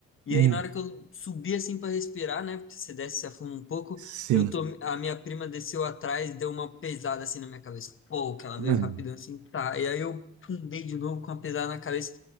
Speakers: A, on the left; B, on the right.
A: E
B: hum.
A: aí, na hora que eu subi assim para respirar, né? Porque você desce, e se afunda um pouco,
B: Sim.
A: eu tô, a minha prima desceu atrás e deu uma pesada assim na minha cabeça. Pô, que ela veio
B: É. <laughs>
A: rapidão assim, tá. E aí eu fundei de novo com uma pesada na cabeça.